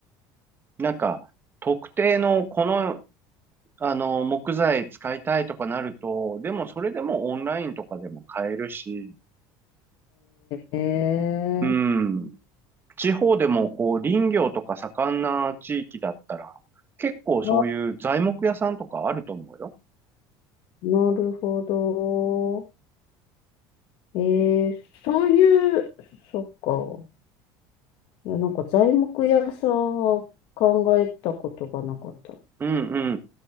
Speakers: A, on the right; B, on the left.
A: なんか、特定のこのあの、木材使いたいとかなると、でもそれでもオンラインとかでも買えるし、
B: ええ
A: うん。地方でもこう林業とか盛んな地域だったら、結構そういう材木屋さんとかあると思うよ。
B: な、なるほど。ええそういう、そっか。いや、なんか材木屋さんは考えたことがなかった。
A: うん